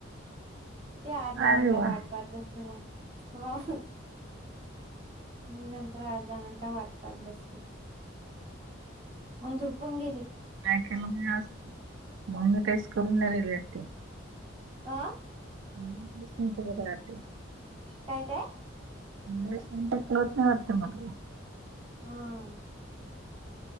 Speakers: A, on the right; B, on the right.
A: ते अर्धा
B: अरे
A: घंटा
B: वा
A: वाट पहात बस <unintelligible> अहो मग नंतर अर्ध घंटा वाट पहात बसली, मग झोपून गेली.
B: ऐकायला नाही आज, मग काहीच करून नाही राहिले वाटते.
A: आं?
B: मला वाटले <unintelligible> वाटते.
A: काय काय?
B: <unintelligible> कळत नाही वाटत मग
A: हा.